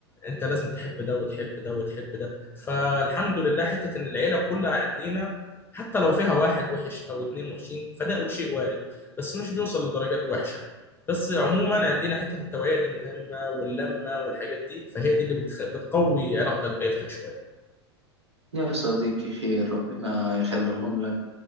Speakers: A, on the left (about 15°); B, on the right (about 80°).
A: انت لازم تحب ده وتحب ده وتحب ده فالحمد لله حتة ان العيلة كلها عندنا حتى لو فيها واحد وحش او اتنين وحشين فده شيء وارد بس مش بيوصل لدرجات وحشة بس عموما عندنا حتة التوعية دي مهمة واللمة والحاجات دي فهي دي اللي بتخ... بتقوي علاقتك بعيلتك شوية
B: يا صديقي خير ربنا يخليهم لك